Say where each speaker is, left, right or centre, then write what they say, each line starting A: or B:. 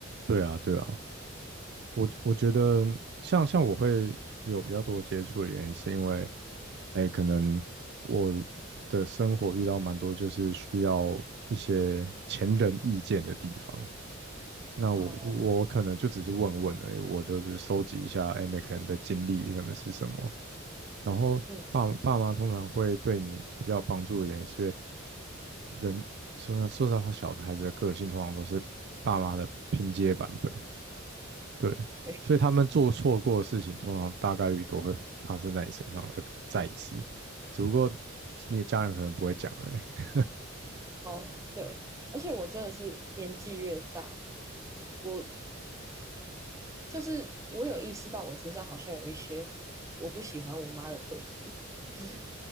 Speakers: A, on the right (about 55°); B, on the right (about 15°).
A: 对啊，对啊。我我觉得像像我会有比较多接触的原因，是因为，哎，可能我的生活遇到蛮多就是需要一些前人意见的地方。那我我可能就只是问问而已，
B: 哦，
A: 我就是收集一下，哎，每个人的经历可能是什么。然后爸爸妈通常会对你比较有帮助的原因，
B: 嗯，
A: 是因为人说实说实话，小孩子的个性通常都是爸妈的拼接版本。对，
B: 对，
A: 所以他们做错过的事情，通常大概率都会发生在你身上的再一次，只不过你的家人可能不会讲而已。
B: 哦，对，而且我真的是年纪越大，我就是我有意识到我身上好像有一些我不喜欢我妈的特质，可是